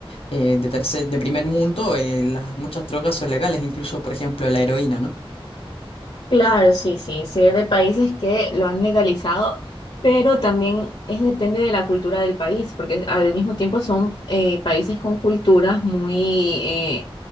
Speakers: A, on the left; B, on the left.
A: eh, de tercer, de primer mundo, eh, las, muchas drogas son legales, incluso, por ejemplo, la heroína, ¿no?
B: Claro, sí, sí, sí, es de países que lo han legalizado, pero también es depende de la cultura del país, porque al mismo tiempo son eh, países con culturas muy eh,